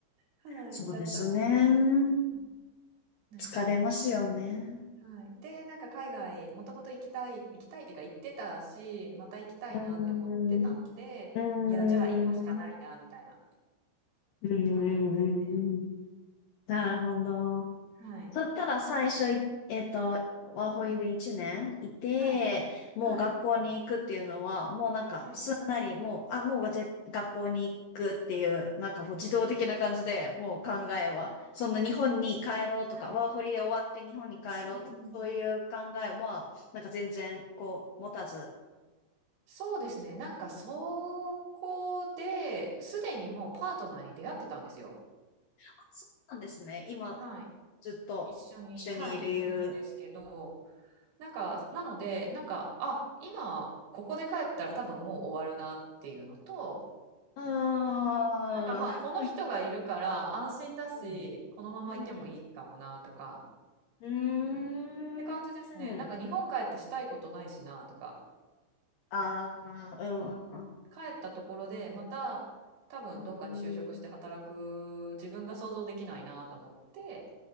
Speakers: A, on the right (about 80°); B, on the left (about 70°).
A: はい、
B: そうですね。
A: だったので、うん、なんか
B: 疲れますよね。
A: はい。で、なんか海外、もともと行きたい、行きたいっていうか行ってたし、また行きたいなって思ってたので、
B: うん、うん、うーん、
A: いや、じゃあ今しかないな、みたいな
B: うーん、
A: 感じですね。
B: うーん。なるほど。
A: はい。
B: そしたら最初い、えっと、ワーホイで1年いて、
A: うん。はい。
B: もう学校に行くっていうのは、
A: はい。
B: もうなんかすんなり、
A: はい。
B: もう、あ、もうがぜ学校に行くっていう、なんかもう自動的な感じで、もう考えは、そんな日本に帰ろうとか、
A: はい。
B: ワーホリで終わって日本に帰ろうとか、
A: うんうん。
B: そういう考えは、なんか全然こう持たず、
A: そうですね。なんかそこで、すでにもうパートナーに出会ってたんですよ。
B: あそうなんですね。今、
A: はい。
B: ずっと一緒にいる。
A: 一緒に、はい、いるんですけど、なんか、なので、なんか、あ、今、ここで帰ったら多分もう終わるなっていうのと、
B: ああ
A: なんかまあ、この人がいるから安心だし、
B: ー、
A: このままいてもいいかもなとか、
B: うんうん。うーん。
A: って感じですね。なんか日本帰ってしたいことないしなとか。
B: ああ、う
A: うんうん。
B: んうん
A: 帰ったところで、また多分どっかに就職して働く自分が想像できないなと思って、
B: うん。う